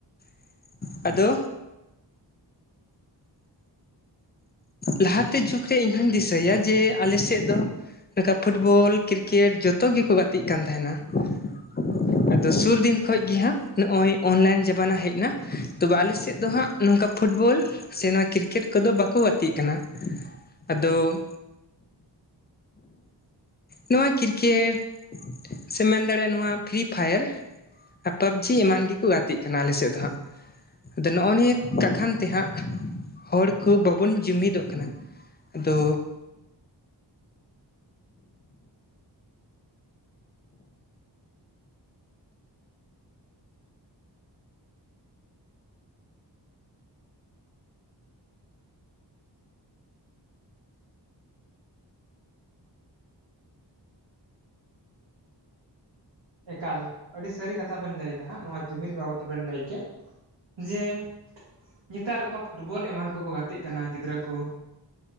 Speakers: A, on the left; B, on the right.
A: ᱾ ᱟᱫᱚ ᱞᱟᱦᱟ ᱛᱮ ᱡᱩᱜᱽ ᱨᱮ ᱤᱧᱦᱚᱧ ᱫᱤᱥᱟᱹᱭᱟ ᱡᱮ ᱟᱞᱮ ᱥᱮᱫ ᱫᱚ ᱱᱚᱸᱠᱟ ᱯᱷᱩᱴᱵᱚᱞ ᱠᱨᱤᱠᱮᱴ ᱡᱚᱛᱚ ᱜᱮᱠᱚ ᱜᱟᱛᱮᱜ ᱠᱟᱱ ᱛᱟᱦᱮᱱᱟ ᱾ <inaudible> ᱟᱫᱚ ᱥᱩᱨ ᱫᱤᱱ ᱠᱷᱚᱡ ᱜᱮ ᱦᱟᱸᱜ ᱱᱚᱜᱼᱚᱭ ᱚᱱᱞᱟᱭᱤᱱ ᱡᱟᱢᱟᱱᱟ ᱦᱮᱡ ᱮᱱᱟ ᱾ ᱛᱚᱵᱮ ᱟᱞᱮ ᱥᱮᱫ ᱫᱚ ᱦᱟᱸᱜ ᱱᱚᱝᱠᱟ ᱯᱷᱩᱴᱵᱚᱞ ᱥᱮ ᱱᱚᱣᱟ ᱠᱨᱤᱠᱮᱴ ᱠᱚᱫᱚ ᱵᱟᱠ ᱚ ᱜᱟᱛᱮᱜ ᱠᱟᱱᱟ ᱾ᱟᱫᱚ <inaudible> ᱱᱚᱣᱟ ᱠᱨᱤᱠᱮᱴ ᱥᱮᱢ ᱢᱮᱱ ᱫᱟᱲᱮᱭᱟᱜᱼᱟ ᱱᱚᱣᱟ ᱯᱷᱨᱤ ᱯᱷᱟᱭᱟᱨ ᱟᱨ ᱯᱟᱵᱡᱤ ᱮᱢᱟᱱ ᱜᱮᱠᱚ ᱜᱟᱛᱮᱜ ᱠᱟᱱᱟ ᱟᱞᱮ ᱥᱮᱫ ᱫᱚ ᱦᱟᱸᱜ ᱾ ᱟᱫᱚ ᱱᱚᱜᱼᱚ ᱱᱤᱭᱟᱹ ᱠᱟᱠᱷᱟᱱ ᱛᱮᱦᱟᱸᱜ ᱦᱚᱲ ᱠᱚ ᱵᱟ ᱵᱚᱱ ᱡᱩᱢᱤᱫᱚᱜ ᱠᱟᱱᱟ ᱟᱫᱚ
B: ᱮᱠᱟᱞ ᱟᱹᱰᱤ ᱥᱟᱹᱨᱤ ᱠᱟᱛᱷᱟ ᱵᱮᱱ ᱞᱟᱹᱭ ᱮᱫᱟ ᱦᱟᱸᱜ ᱱᱚᱣᱟ ᱡᱩᱢᱤᱫ ᱵᱟᱵᱚᱫ ᱛᱮᱵᱮᱱ ᱞᱟᱹᱭ ᱠᱮᱫ ᱾ ᱡᱮ ᱱᱮᱛᱟᱨ ᱚᱠᱟ ᱯᱷᱩᱴᱵᱚᱞ ᱮᱢᱟᱱ ᱠᱚᱠᱚ ᱜᱟᱛᱮᱜ ᱠᱟᱱᱟ ᱜᱤᱫᱽᱨᱟᱹ ᱠᱚ ᱾